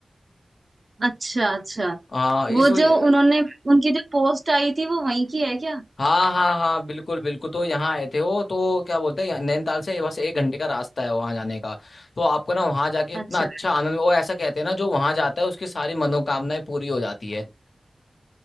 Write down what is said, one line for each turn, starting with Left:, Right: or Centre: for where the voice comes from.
Right: अच्छा अच्छा
Left: आ,
Right: वो
Left: इस वजह
Right: जो उन्होंने उनकी जो पोस्ट आई थी वो वहीं की है क्या
Left: हाँ हाँ हाँ बिल्कुल बिल्कुल तो यहाँ आए थे वो तो क्या बोलते हैं यहाँ- नैनीताल से बस एक घंटे का रास्ता है वहाँ जाने का तो आपको ना वहाँ जाके इतना
Right: अच्छा
Left: अच्छा आनंद वो ऐसा कहते हैं ना जो वहाँ जाता है उसकी सारी मनोकामनाएं पूरी हो जाती है